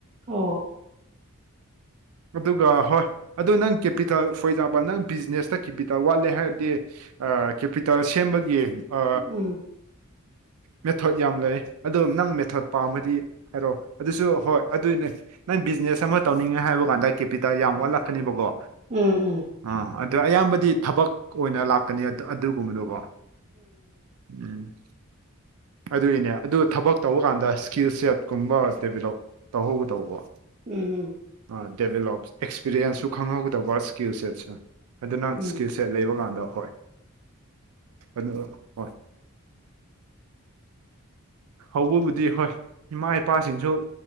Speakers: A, on the right; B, on the right.
A: ꯑꯣ
B: ꯑꯗꯨꯒ ꯍꯣꯏ ꯑꯗꯣ ꯅꯪ ꯀꯦꯄꯤꯇꯜ ꯐꯣꯔ ꯑꯦꯛꯖꯥꯝꯄꯜ ꯅꯪ ꯕꯤꯖꯤꯅꯦꯁꯇ ꯀꯦꯄꯤꯇꯜ ꯋꯥꯠꯂꯦ ꯍꯥꯏꯔꯗꯤ ꯑ ꯀꯦꯄꯤꯇꯜ ꯁꯦꯝꯕꯒꯤ ꯑ
A: <unintelligible>
B: ꯃꯦꯊꯣꯠ ꯌꯥꯝ ꯂꯩ ꯑꯗꯣ ꯅꯪ ꯃꯦꯊꯠ ꯄꯥꯝꯃꯗꯤ ꯍꯥꯏꯔꯛꯑꯣ ꯑꯗꯨꯁꯨ ꯍꯣꯏ ꯑꯗꯨꯏꯅꯦ ꯅꯪ ꯕꯤꯖꯤꯅꯦꯁ ꯑꯃ ꯇꯧꯅꯤꯡꯉꯦ ꯍꯥꯏꯕ ꯀꯥꯟꯗ ꯀꯦꯄꯤꯇꯜ ꯌꯥꯝ ꯋꯥꯠꯂꯛꯀꯅꯤꯕꯀꯣ
A: ꯎꯝ ꯎꯝ
B: ꯑꯥ ꯑꯗꯨ ꯑꯌꯥꯝꯕꯗꯤ ꯊꯕꯛ ꯑꯣꯏꯅ ꯂꯥꯛꯀꯅꯤ ꯑꯠ ꯑꯗꯨꯒꯨꯝꯕꯗꯀꯣ ꯎꯝ ꯑꯗꯨꯏꯅꯦ ꯑꯗꯨ ꯊꯕꯛ ꯇꯧꯕ ꯀꯥꯟꯗ ꯁ꯭ꯀꯤꯜ ꯁꯦꯠ ꯀꯨꯝꯕ ꯗꯦꯕꯦꯂꯞ ꯇꯧꯍꯧꯒ ꯇꯧꯕ
A: ꯎꯝ ꯎꯝ
B: ꯑ ꯗꯦꯚꯦꯂꯣꯞ ꯑꯦꯛꯁꯄꯤꯔꯤꯌꯦꯟꯁꯁꯨ ꯈꯪꯍꯧꯒꯗꯕ ꯁ꯭ꯀꯤꯜ ꯁꯦꯠꯁꯨ ꯑꯗꯨ ꯅꯪ
A: ꯎꯝ
B: ꯁ꯭ꯀꯤꯜ ꯁ ꯁꯦꯠ ꯂꯩꯕ ꯀꯥꯟꯗ ꯍꯣꯏ ꯑꯗꯨ ꯍꯣꯏ ꯍꯧꯕꯕꯨꯗꯤ ꯍꯣꯏ ꯏꯃꯥ ꯏꯄꯥꯁꯤꯡꯁꯨ